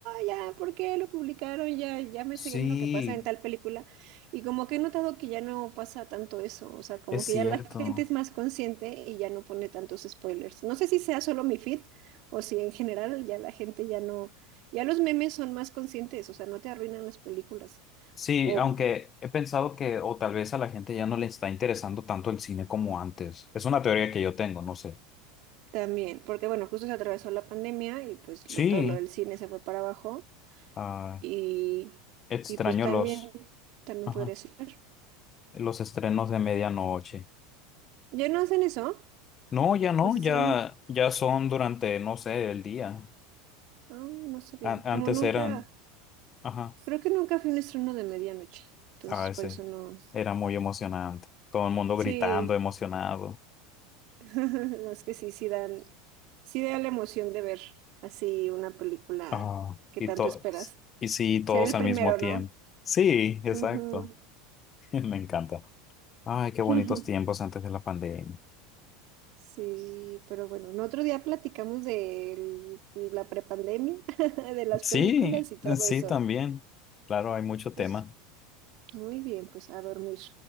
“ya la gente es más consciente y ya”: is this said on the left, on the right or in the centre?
Right